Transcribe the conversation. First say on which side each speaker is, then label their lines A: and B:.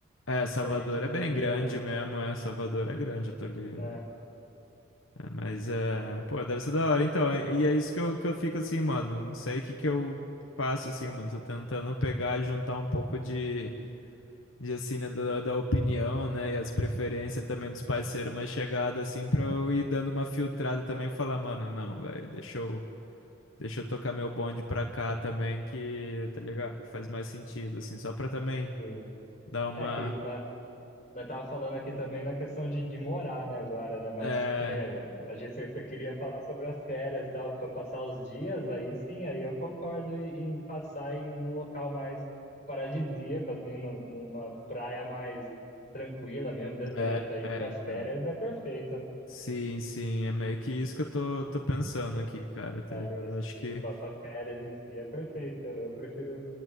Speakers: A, on the left; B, on the left.
A: É, Salvador
B: que a gente não
A: é bem
B: se liga
A: grande
B: muito,
A: mesmo, é. Salvador é grande, eu tô ali.
B: né?
A: É, Mas é, pô, deve ser da hora. Então, é- e é isso que eu, que eu fico assim, mano. Não sei o que que eu faço assim, mano. Tô tentando pegar, juntar um pouco de, de assim, né, da, da opinião, né, e as preferências também dos parceiros mais chegados, assim, pra eu ir dando uma filtrada também e falar, mano, não, velho, deixa eu, deixa eu tocar meu bonde pra cá também, que, tá
B: Sim,
A: ligado? Faz mais sentido, assim, só pra também
B: sim.
A: dar uma.
B: É que né, Nós tava falando aqui também na questão de, de morar, né, agora, né? Mas
A: É,
B: que nem a, a gente você- você queria falar sobre as férias, tal, para passar os dias, aí sim, aí eu concordo em, em passar em num local mais paradisíaco, assim, num- numa praia mais tranquila mesmo, deserta,
A: é,
B: aí
A: é,
B: para
A: então.
B: férias é perfeito, né?
A: Sim, sim, é meio que isso que eu tô, tô pensando aqui, cara, tá
B: É,
A: ligado?
B: faz
A: Eu
B: sentido.
A: acho que.
B: Para férias em si é perfeito. Eu, eu prefiro